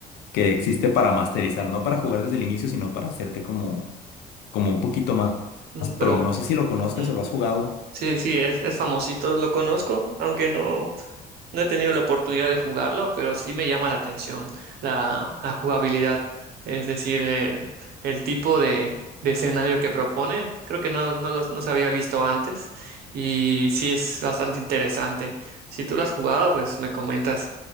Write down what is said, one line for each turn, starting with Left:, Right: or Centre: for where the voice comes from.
Left: que existe para masterizar, no para jugar desde el inicio, sino para hacerte como, como un poquito más,
Right: Mm,
Left: más pro.
Right: Pero
Left: No sé si lo conozcas
Right: ujú,
Left: o lo has jugado.
Right: sí, sí, es, es famosito, lo conozco, aunque no. No he tenido la oportunidad de jugarlo, pero sí me llama la atención la, la jugabilidad, es decir, el, el tipo de, de escenario que propone. Creo que no, no, los- no se había visto antes y sí es bastante interesante. Si tú lo has jugado, pues me comentas